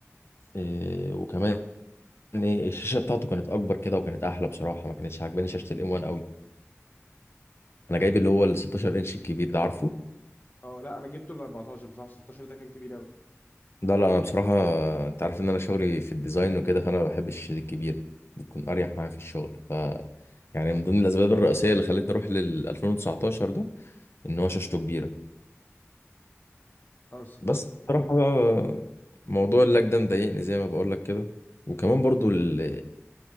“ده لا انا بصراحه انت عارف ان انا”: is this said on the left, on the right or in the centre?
Left